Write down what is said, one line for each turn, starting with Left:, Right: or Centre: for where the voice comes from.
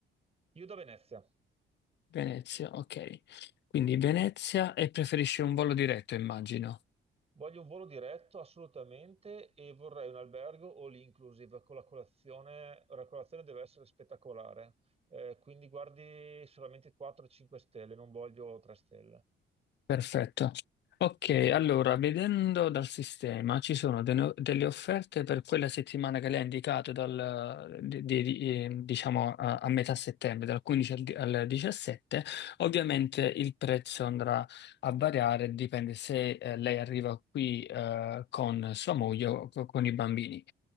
Right: io da Venezia.
Left: Venezia, ok. Quindi Venezia e preferisce un volo diretto, immagino.
Right: Voglio un volo diretto assolutamente e vorrei un albergo all inclusive con la colazione. La colazione deve essere spettacolare, Eh, quindi guardi solamente 4-5 stelle, non voglio 3 stelle.
Left: Perfetto. Ok, allora, vedendo dal sistema ci sono de- no, delle offerte per quella settimana che lei ha indicato dal, di- di- eh, diciamo a, a metà settembre, dal 15 al, di- al 17. Ovviamente il prezzo andrà a variare, dipende se eh, lei arriva qui eh, con sua moglie o co- con i bambini.